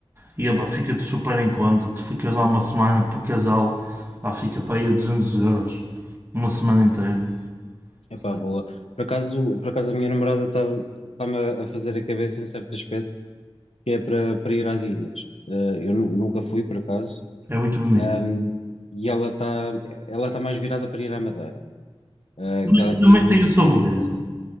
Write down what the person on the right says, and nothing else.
E epá, fica-te super em conta. Tu ficas lá uma semana por casal, pá, fica para aí a 200 euros. Uma semana inteira.
portanto,
É muito bonito.
Também
também
tem a sua
beleza.